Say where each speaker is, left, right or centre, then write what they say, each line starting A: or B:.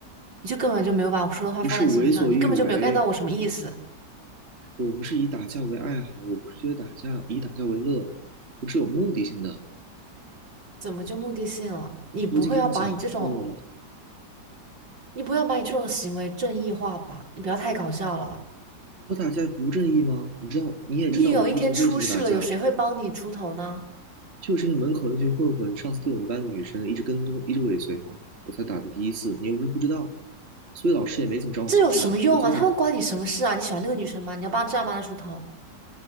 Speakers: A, on the right; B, on the right.
A: 你就根本就没有把我说的话放在心上，
B: 不是为所欲为。
A: 你根本就没有 get 到我什么意思，
B: 我不是以打架为爱好，我不是觉得打架以打架为乐，我是有目的性的。
A: 怎么就目的性了？你不会要把你这种，
B: 我已经跟你讲过了，
A: 你不要把你这种行为正义化吧？你不要太搞笑了。
B: 我打架不正义吗？你知道，你也知道我第一次为什么打架，
A: 你有一天出事了，有谁会帮你出头呢？
B: 就是因为门口那群混混上次对我们班的女生一直跟踪，一直尾随她，我才打的第一次。你又不是不知道，所以老师也没怎么找我麻烦啊。
A: 这有什么用啊？
B: 我做的，
A: 他们关你什么事啊？你喜欢那个女生吗？你要帮这样帮她出头，